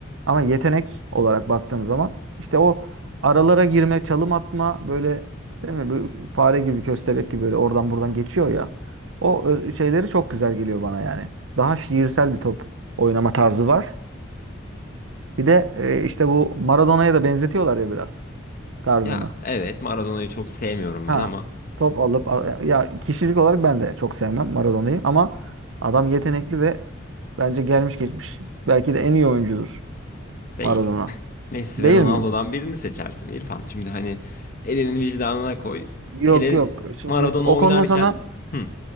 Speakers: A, on the right (about 75°); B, on the left (about 45°).
A: Ama yetenek olarak baktığım zaman işte o aralara girme, çalım atma böyle değil mi? Bu fare gibi, köstebek gibi böyle oradan buradan geçiyor ya. O ö- şeyleri çok güzel geliyor bana yani. Daha şiirsel bir top oynama tarzı var. Bir de e, işte bu Maradona'ya da benzetiyorlar ya biraz tarzını.
B: Ya evet Maradona'yı çok sevmiyorum
A: Ha,
B: ben ama
A: top alıp ya kişilik olarak ben de çok sevmem Maradona'yı ama adam yetenekli ve bence gelmiş geçmiş belki de en iyi oyuncudur
B: değil.
A: Maradona.
B: <laughs> Messi
A: Değil
B: ve Ronaldo'dan
A: mi?
B: birini seçersin İrfan. Şimdi hani elinin vicdanına koy.
A: Yok
B: Pele
A: yok. Şimdi
B: Maradona
A: o
B: oynarken
A: konuda sana
B: hı